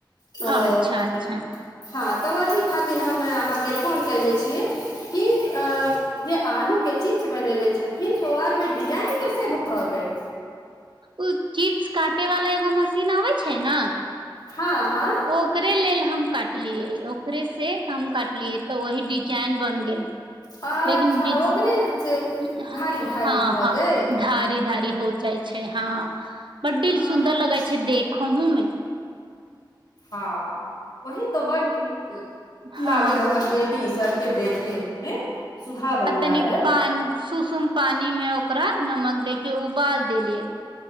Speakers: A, on the left; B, on the right.
A: तोऽ
B: अच्छा अच्छा
A: हँ तऽ ओही खातिर हम अहाँके। फोन कलै छियै। कीप अ जे आलू के चिप्स बनेेले छथिन। तो आर मे डिजाइन कैसे भ गेएल।
B: ओ चिप्स काटे वाला एगो मशीन आबे छै न।
A: हँ हँ
B: ओकरे लेल हम काटलियै ओकरे से हम काटलियै तऽ वही डिजाइन बन गेल।
A: अच्छा
B: लेकिन डिज
A: ओकरे से
B: हँ
A: धारी धारी भऽ
B: हँ
A: गेल
B: धारी धारी हो जाइ छै हँ बड्डिल
A: अच्छा
B: सुन्दर लगै छै। देखहुँ मे
A: हँ वही त बड़ नीक
B: हँ
A: लागल हमर बेटी सबके देखे मे सुहावन
B: आ
A: लागल
B: तनि पानी सुसुम पानी मे ओकरा नमक दे के उबाल देले